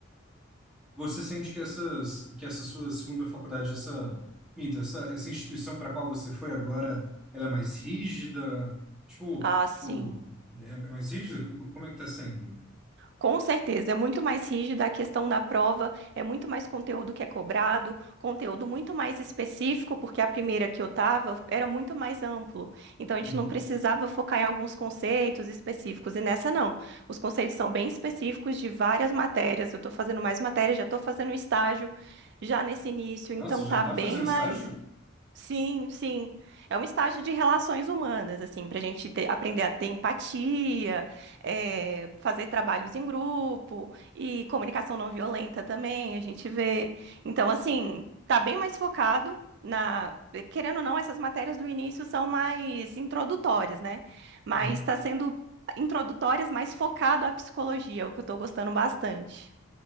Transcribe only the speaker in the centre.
Você sente que essas, que essa sua segunda faculdade, essa, minto, essa, essa instituição para a qual você foi agora, ela é mais rígida? Tipo,
o, é é mais rígida? Como é que tá sendo?
Uhum.
Nossa, já
tá
fazendo
estágio?
Uhum.